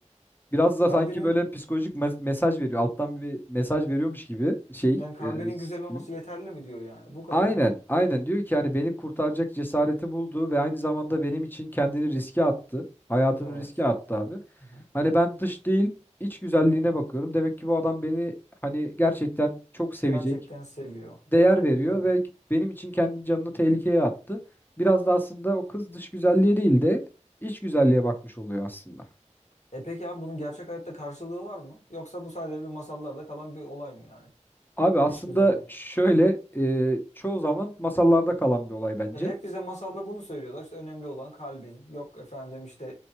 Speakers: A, on the left; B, on the left.
A: biraz da
B: Kalbinin
A: sanki böyle psikolojik mes- mesaj veriyor. Alttan bir mesaj veriyormuş gibi şey
B: Yani kalbinin
A: e,
B: güzel olması
A: film.
B: yeterli mi diyor yani? Bu kadar
A: Aynen,
B: mı?
A: aynen diyor ki hani beni kurtaracak cesareti buldu ve aynı zamanda benim için kendini riske attı. Hayatını
B: Evet.
A: riske attı abi.
B: Aha.
A: Hani ben dış değil, iç güzelliğine bakıyorum. Demek ki bu adam beni hani gerçekten çok sevecek,
B: Gerçekten seviyor.
A: değer veriyor
B: Evet.
A: ve benim için kendi canını tehlikeye attı. Biraz da aslında o kız dış güzelliğe değil de iç güzelliğe bakmış oluyor aslında.
B: E peki abi bunun gerçek hayatta karşılığı var mı? Yoksa bu sadece bir masallarda kalan bir olay mı yani?
A: Abi aslında
B: Dış güzellik.
A: şöyle e, çoğu zaman masallarda kalan bir olay bence.
B: E hep bize masalda bunu söylüyorlar. İşte önemli olan kalbin. Yok efendim işte